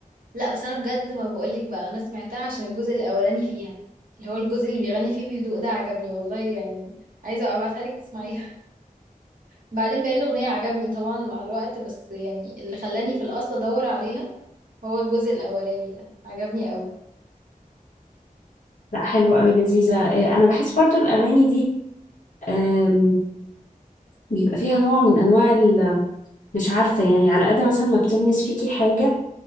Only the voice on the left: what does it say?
لا حلوة أوي لذيذة آه، أنا بحس برضو الأغاني دي آم، بيبقى فيها نوع من أنواع ال- مش عارفة يعني على قد مثلا ما بتلمس فيكي حاجة